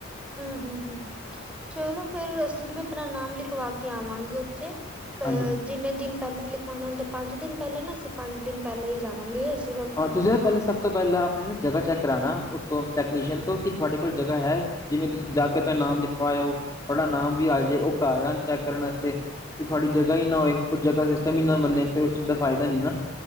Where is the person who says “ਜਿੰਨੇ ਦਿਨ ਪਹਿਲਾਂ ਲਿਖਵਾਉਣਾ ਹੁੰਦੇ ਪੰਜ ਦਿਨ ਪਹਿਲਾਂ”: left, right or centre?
Centre